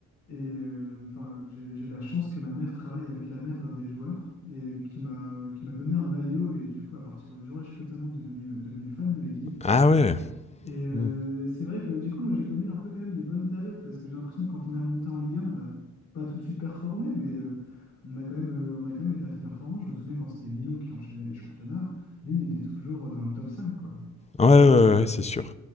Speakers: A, on the left; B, on the left.
A: et euh, enfin, j'ai j'ai eu la chance que ma mère travaille avec la mère d'un des joueurs et qui m'a qui m'a donné un maillot. Et du coup, à partir de ce jour-là, je suis totalement devenu, devenu fan de l'équipe.
B: Ah ouais.
A: Et euh,
B: Mm.
A: c'est vrai que du coup, moi, j'ai connu un peu quand même les bonnes périodes parce que j'ai l'impression que quand on est remonté en Ligue 1, on n'a pas tout de suite performé, mais euh, on a quand même, euh, on a quand même été assez performant. Je me souviens quand c'était Lyon qui enchaînait les championnats, Lille était toujours euh, dans le top 5 quoi.
B: Ouais, ouais, ouais, ouais, c'est sûr.